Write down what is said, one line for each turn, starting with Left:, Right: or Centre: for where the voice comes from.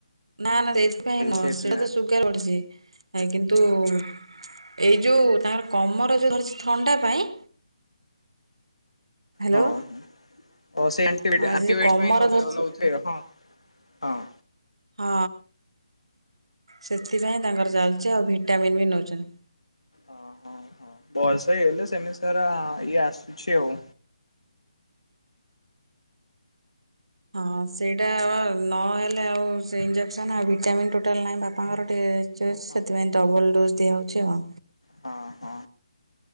Right: ନା ନା ସେଇଥପାଇଁ ନୁହଁ
Left: ସେଇଥି
Right: ସେଟା ତ ସୁଗାର ବଢ଼ିଚି। ଏ କିନ୍ତୁ ଏଇ ଯୋଉ ତାଙ୍କର କମର ଯୋଉ ଧରିଚି ଥଣ୍ଡା ପାଇଁ ହ୍ୟାଲୋ
Left: ହଁ ହଁ। ଓ ସେ ଆଣ୍ଟିବେଟ
Right: ଆଜି
Left: ଆଣ୍ଟିବାଇଟ
Right: ଯୋଉ କମର
Left: ପାଇଁ ନଉ
Right: ଧରିଛି
Left: ନଉଥୁବେ ହଁ ହଁ।
Right: ହଁ ସେଥିପାଇଁ ତାଙ୍କର ଚାଲିଚି ଆଉ ଭିଟାମିନ୍ ବି ନଉଚନ୍ତି।
Left: ଅ ହଁ ହଁ ବୟସ ହେଇଗଲେ ସେମତି ସାରା ଇଏ ଆସୁଛି ଆଉ।
Right: ହଁ ସେଇଟା ଆ ଆ ନହେଲେ ଆଉ ସେ ଇଞ୍ଜେକ୍ସନ୍ ଆଉ ଭିଟାମିନ୍ ଟୋଟାଲ ନାହିଁ ବାପାଙ୍କର ଟିକେ ଚଏସ
Left: ହଁ
Right: ସେଥିପାଇଁ ଡବଲ ଡୋଜ୍ ଦିଆହଉଛି ଆଉ।
Left: ହଁ ହଁ।